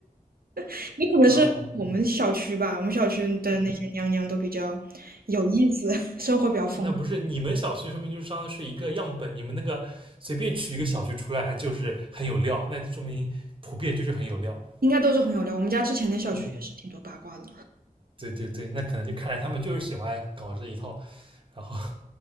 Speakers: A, on the right; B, on the right.
A: <laughs> 也可能是我们小区吧，
B: 嗯
A: 我们小区的那些娘娘都比较有意思，
B: 嗯，
A: <laughs> 生活比较丰富
B: 那不是你们小区说明就是相当于是一个样本，你们那个随便取一个小区出来，它就是很有料，那说明普遍就是很有料。
A: 应该都是很有料。我们家之前的小区也是挺多八卦的。
B: 嗯。对对对，那可能就看来他们就是喜欢搞这一套，然后